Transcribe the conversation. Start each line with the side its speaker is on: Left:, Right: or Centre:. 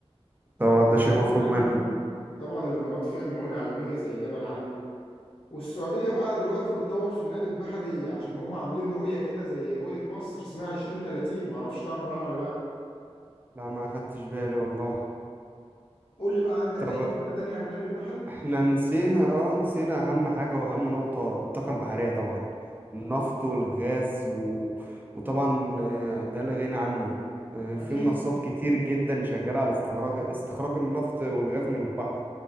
Left: فلازم
Right: طبعا ده شيء مفروغ
Left: نقدم
Right: منه
Left: منها. طبعا الامارات فيها موانئ عالميه زي جبل علي والسعوديه بقى دلوقتي بتطور في النقل البحري عشان هم عاملين رؤيه كده زي رؤيه مصر اسمها 2030 معرفش تعرف عنها ولا لا
Right: لا ما خدتش بالي والله
Left: قول لي بقى عندك
Right: طب
Left: اي فكره تانية عن النقل البحري
Right: احنا نسينا اه نسينا اهم حاجة واهم نقطة الطاقة البحرية طبعا النفط والغاز و... وطبعا آه، ده لا غنى عنه آه، في
Left: اكيد
Right: منصات كتير جدا شغالة على استخراج استخراج النفط والغاز من البحر